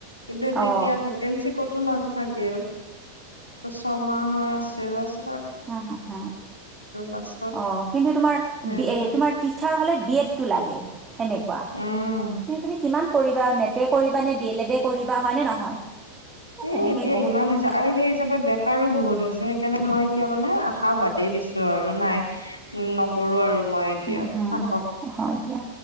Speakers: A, on the left; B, on the right.
A: কিন্তু তেতিয়া
B: অ
A: ভেকেঞ্চি ক'তো নাথাকিল ছমাহত আছে
B: হ হ হ
A: লাষ্টত
B: অ' কিন্তু তোমাৰ
A: হেৰি
B: বি অ' তোমাৰ টিছাৰ হ'লে বিয়ডটো লাগে তেনেকুৱা
A: উম
B: কিন্তু তুমি কিমান কৰিবা, নেটে কৰিবা নে ডি এল এড কৰিবা হয় নে নহয় এই
A: এ
B: তেনেকে
A: এতিয়া
B: বহুত
A: ইমান হৈছে আৰু সেই হিচাপে বেকাৰো বহুত হৈছে সেইকাৰণে মই এতিয়া মানে আশা বাদেই দিছো আৰু নাই উ নকৰো আৰু মই এতিয়া
B: উম হম
A: থাকক
B: হয় দিয়া